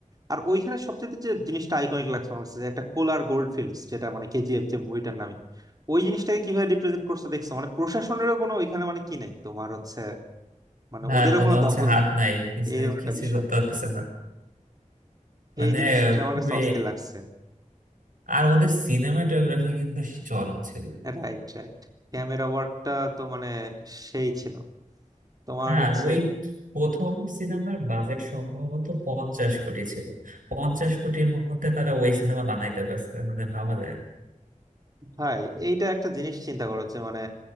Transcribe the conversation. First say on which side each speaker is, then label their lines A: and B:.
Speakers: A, on the right; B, on the right.
A: আর ওইখানে সবচেয়ে যে জিনিসটা আইকনিক লাগছে আমার কাছে যে একটা কোলার গোল্ড ফিল্ডস যেটা মানে কেজিএফ যে মুভিটার নামে ওই জিনিসটাকে কিভাবে রিপ্রেজেন্ট করছে দেখছো মানে প্রশাসনেরও কোনো ওইখানে মানে কি নাই তোমার হচ্ছে মানে
B: হ্যাঁ
A: ওদেরও
B: কোনো
A: কোনো
B: হচ্ছে
A: দখল
B: হাত
A: নাই
B: নাই কিছু
A: এইরকম
B: কিছু
A: একটা বিষয়
B: করতে পারতেছে না মানে
A: এই জিনিসটা আমার
B: খুবই
A: কাছে অস্থির লাগছে
B: আর ওদের সিনেমাটোগ্রাফি কিন্তু চরম ছিল
A: Right right ক্যামেরা ওয়ার্কটা তো মানে সেই ছিল তোমার
B: হ্যাঁ
A: হচ্ছে
B: ওই প্রথম সিনেমার বাজেট সম্ভবত পঞ্চাশ কোটি ছিল পঞ্চাশ কোটির মধ্যে তারা ওই সিনেমা বানাইতে পারছে মানে ভাবা যায় না।
A: ভাই এইটা একটা জিনিস চিন্তা করো যে মানে